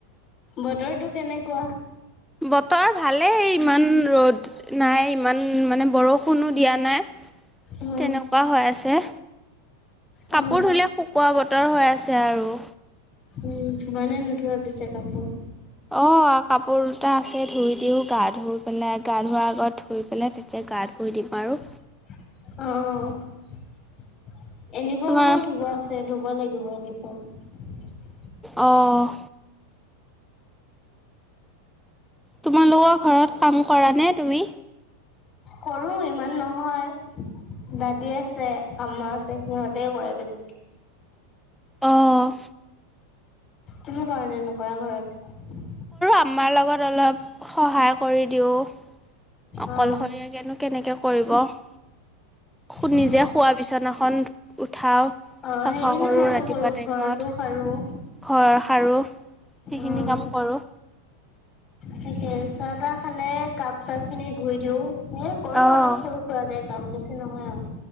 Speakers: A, on the left; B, in the centre.
A: বতৰটো কেনেকুৱা।
B: বতৰ ভালেই ইমান ৰ'দ নাই ইমান মানে বৰষুণো দিয়া নাই।
A: অ
B: তেনেকুৱা হৈ আছে।
A: অ
B: কাপোৰ ধুলে শুকোৱা বতৰ হৈ আছে আৰু।
A: উম ধোব নে নুধোৱা পিছে কাপোৰ।
B: অ কাপোৰ দুটা আছে ধুই দিওঁ। গা ধুই পেলাই গা ধোৱাৰ আগত ধুই পেলাই তেতিয়া গা ধুও। সতি পাৰোঁ।
A: অহ, অহ, ইউনিফৰ্মবোৰ
B: তোমাৰ
A: ধুব আছে ধুব লাগিব ইউনিফৰ্ম।
B: অ' তোমালোকৰ ঘৰত কাম কৰা নে তুমি।
A: কৰোঁ ইমান নহয়। দাদী আছে আ্মা আছে, সিহঁতে কৰে বেছি।
B: অ'
A: তুমি কৰা নে নকৰা ঘৰত?
B: আম্মাৰ লগত অলপ সহায় কৰি দিওঁ। অকলশৰীয়াকেনো
A: অ
B: কেনেকৈ কৰিব। শুনি
A: অ
B: যে নিজে শোৱা বিছনাখন উঠাওঁ
A: অ
B: চাফা
A: সেইখিনি
B: কৰোঁ
A: ময়ো
B: ৰাতিপুৱা
A: কৰো
B: টাইমত
A: ঘৰটো সাৰো
B: ঘৰ সাৰো। সেইখিনি
A: অ',
B: কাম কৰোঁ।
A: তাকে চাহ তাহ খালে কাপ চাপ খিনি ধুই দিওঁ। এ কৰো
B: অ',
A: অলপ সৰু সুৰাকে কাম বেছি নহয় আও।